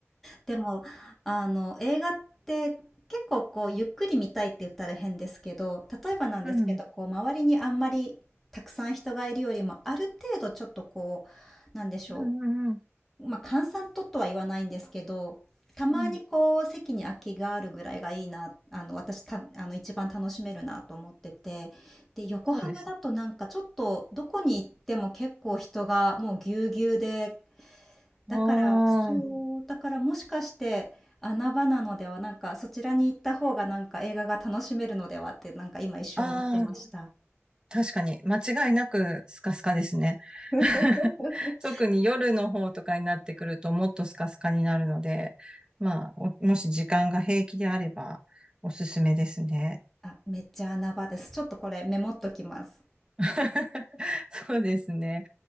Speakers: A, in the centre; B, on the right.
A: でも、あの、映画って結構こう、ゆっくり見たいって言ったら変ですけど、例えばなんですけど、
B: うん。
A: こう、周りにあんまりたくさん人がいるよりも、ある程度ちょっとこう、なんでしょ
B: うんうんうん。
A: う。まあ、閑散ととは言わないんですけど、たまにこう、
B: うん。
A: 席に空きがあるぐらいがいいな、あの、私た、あの、一番楽しめるなと思ってて、で、横浜だとなんかちょっと、
B: そうですね。
A: どこに行っても結構人がもうぎゅうぎゅうで、だから、
B: あー
A: そう、だからもしかして、穴場なのでは、なんかそちらに行った方がなんか映画が楽しめるのではって、なんか今一瞬思ってました。
B: あー、確かに、間違いなくスカスカですね。
A: <laughs>
B: <laughs> 特に夜の方とかになってくると、もっとスカスカになるので、まあ、おもし時間が平気であれば、おすすめですね。
A: あ、めっちゃ穴場です。ちょっとこれメモっときます。
B: <laughs> そうですね。